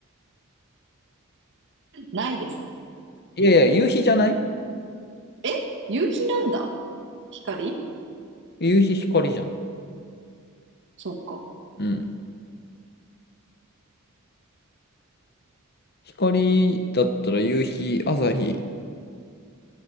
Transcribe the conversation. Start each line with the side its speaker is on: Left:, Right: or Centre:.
Right: ないです。
Left: いやいや、夕日じゃない
Right: え夕日なんだ。光
Left: 夕日光じゃん。
Right: そっか。
Left: うん。光だったら夕日、朝日